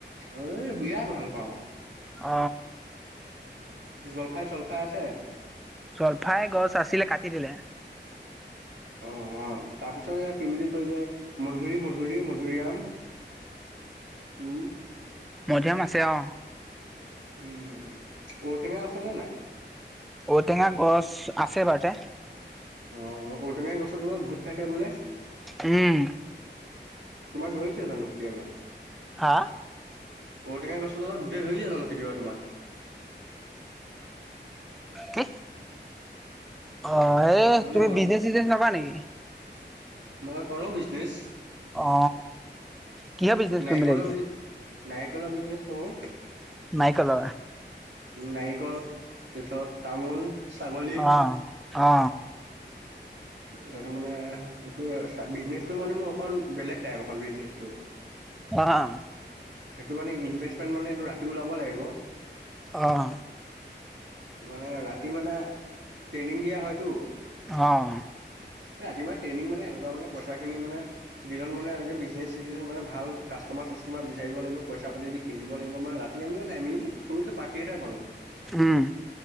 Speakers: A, on the right; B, in the centre.
A: এ বিৰাট ভাল পাওঁ?
B: অ
A: জলফাই জলফাই আছে?
B: জলফাই গছ আছিলে কাটি দিলে।
A: অ অ তাৰপিছত এয়া কি বুলি কয় যে মধুৰি মধুৰি মধুৰিআম। উম
B: মধুৰীআম আছে অ।
A: উম ঔটেঙা আছেনে নাই?
B: ঔটেঙা গছ, আছে বাৰিতে।
A: অ ঔটেঙা গছৰ তলত ভূত থাকে বোলে।
B: উম।
A: তোমাক ধৰিছে জানো কেতিয়াবা,
B: হা
A: ঔটেঙা গছৰ তলত। হৈ যে জানো কেতিয়াবা তোমাক।
B: কি। অ এই
A: মানে
B: তুমি
A: ঔ
B: বিজনেচ চিজনেচ নাপা নেকি?
A: মই কৰো বিজনেছ।
B: অ কিহৰ বিজনেচ
A: নাৰিকলা
B: কৰিম বুলি ভাবিছা
A: বিনে, নাৰিকলা বিজনেচ কৰো।
B: নাৰিকলৰ
A: নাৰিকল, তাৰছত তামোল ছাগলী।
B: অ অ
A: তাৰ মানে এইটো বিজনেচটো মানে মোৰ অকণ বেলেগ টাইপ অকণ বিজনেচটো।
B: অ
A: সেইটো মানে, ইনভেষ্টমেন্ট মানে এইটো ৰাতি ওলাব লাগিব।
B: অ
A: মানে ৰাতি মানে। ট্ৰেইনিং দিয়া হয়তটো,
B: অঁ
A: ৰাতি মা ট্ৰেইনিং মানেক। মানে পইচা খিনি মানে, দিনত মানে এনেকে বিজনে চি মানে। ভাল কাষ্টমাৰ চাষ্টমাৰ বিচাৰিব লাগিব পইচা পাতি দি কিনিব লাগিব মানে ৰাতি আমিও নাই আমি এ। সৰুকে পাৰ্থি এটাই কৰো,
B: উম